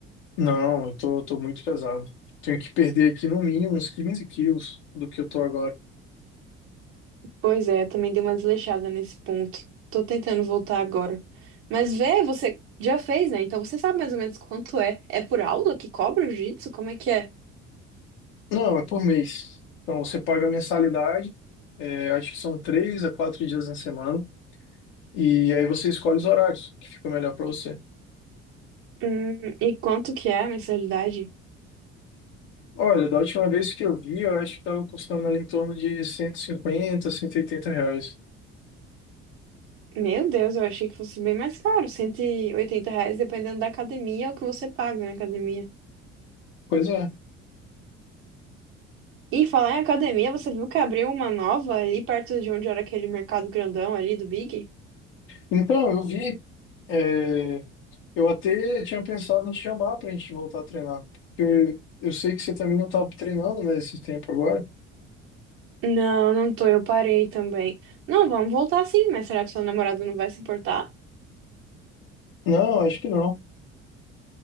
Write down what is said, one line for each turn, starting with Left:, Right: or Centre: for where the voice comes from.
Left: Não, eu tô, tô muito pesado. Tenho que perder aqui no mínimo uns 15 quilos do que eu tô agora.
Right: Pois é, também dei uma desleixada nesse ponto. Tô tentando voltar agora. Mas vê, você já fez, né? Então você sabe mais ou menos quanto é. É por aula que cobra o jiu-jitsu? Como é que é?
Left: Não, é por mês. Então você paga a mensalidade, é, acho que são três a quatro dias na semana, e aí você escolhe os horários que ficam melhor para você.
Right: Hum, e quanto que é a mensalidade?
Left: Olha, da última vez que eu vi, eu acho que tava custando ali em torno de cento cento e cinquenta, cento e oitenta reais.
Right: Meu Deus, eu achei que fosse bem mais caro. 180 reais, dependendo da academia, é o que você paga na academia.
Left: Pois é.
Right: E falar em academia, você viu que abriu uma nova ali perto de onde era aquele mercado grandão ali do Big?
Left: Então, eu vi, é, eu até tinha pensado em te chamar para a gente voltar a treinar, porque eu, eu sei que você também não estava treinando, né, esse tempo agora.
Right: Não, não tô, eu parei também. Não, vamos voltar sim, mas será que seu namorado não vai se importar?
Left: Não, acho que não.